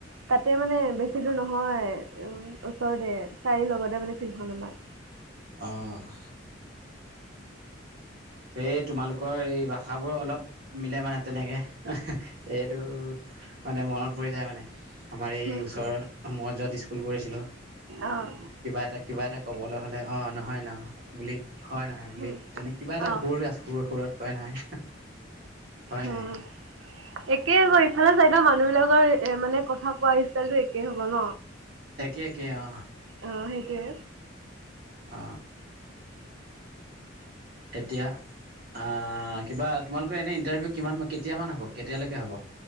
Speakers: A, on the right (about 85°); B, on the right (about 55°).
A: তাতে মানে বেছি দূৰ নহয় উম ওচৰতে চাৰিআলিৰ লগতে মানে ফালখন আমাৰ
B: অহ সেই তোমালোকৰ এই ভাষাবোৰ অলপ মিলে মানে তেনেকে এইটো মানে মনত পৰি যায় মানে আমাৰ এই
A: উম
B: ওচৰৰ
A: উম
B: মই যত স্কুল কৰিছিলো
A: অ'
B: কিবা এটা কিবা এটা কবল লে হ'লে অঁ নহয় ন বুলি হয় নহয় বুলি
A: উম
B: তেনে কিবা এটা
A: অ'
B: সুৰ আ সুৰ সুৰত কয় নহয় হয় নহয়
A: উম একেই ক ইফালে চাইদ মানুহ বিলাকৰ এ মানে কথা কোৱা ষ্টাইলটো একে হ'ব ন
B: একে একে অ
A: অ সেইটোৱে
B: অ এতিয়া আহ কিবা তোমালোকৰ এনে ইণ্টাৰভিউ কিমান কেতিয়ামান হ'ব কেতিয়ালৈকে হ'ব